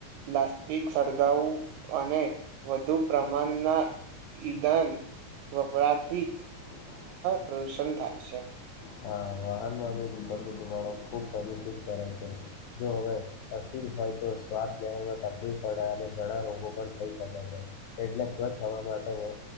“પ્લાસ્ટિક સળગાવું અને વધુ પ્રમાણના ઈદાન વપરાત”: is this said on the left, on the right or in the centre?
Right